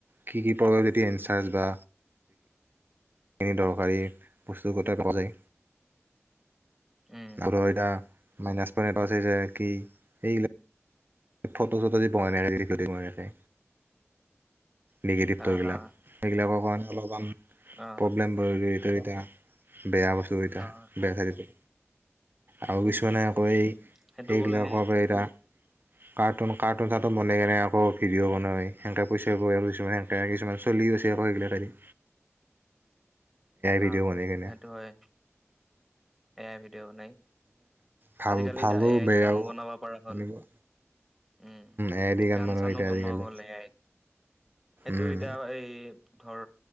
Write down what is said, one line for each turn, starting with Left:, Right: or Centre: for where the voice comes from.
Right: কি কি <unintelligible> এনচাৰ্জ বা। এনেই দৰকাৰী বস্তু গোটেই পোৱা যায়
Centre: উম
Right: আৰু এটা। মাইনাছ পইণ্ট এটা আছে যে কি। এইবিলাক ফটো চটো যে বনাই। <unintelligible> নেগেটিভটো
Centre: অ
Right: এইবিলাক
Centre: অ
Right: এইবিলাক একন। অলপমান
Centre: অ
Right: প্ৰব্লেম ব এই এতিয়া বেয়া বস্তু এতিয়া
Centre: অ
Right: বেয়া থাকে। আৰু
Centre: উম
Right: কিছুমানে
Centre: উম
Right: আকৌ সেই-সেইবিলাকৰ
Centre: সেইটো কৰিলে
Right: পৰা এতিয়া। কাৰ্টুন, কাৰ্টুন, টাৰ্টুন বনে কেনে আকৌ ভিডিঅ' বনাই সেংকে পইচা পায় কিছুমানে সেংকে কিছুমান। <unintelligible> চলি আছে আকৌ ইগলাকেদী।
Centre: <unintelligible>
Right: ভিডিঅ'
Centre: অ,
Right: বনাই
Centre: অ
Right: কেনে
Centre: সেইটো হয় এ আই ভিডিঅ বনাই।
Right: ভাল
Centre: আজিকালি
Right: ভালো
Centre: এতিয়া এ আইত
Right: বেয়াও
Centre: গান বনাব পৰা হ'ল।
Right: এনেকুৱা
Centre: উম
Right: এ আই দি
Centre: গান
Right: বনাব
Centre: চানো
Right: এতিয়া
Centre: বনোৱা
Right: আজিকালি
Centre: হ'ল এ আইত। সেইটো
Right: উম
Centre: এতিয়া এই ধৰ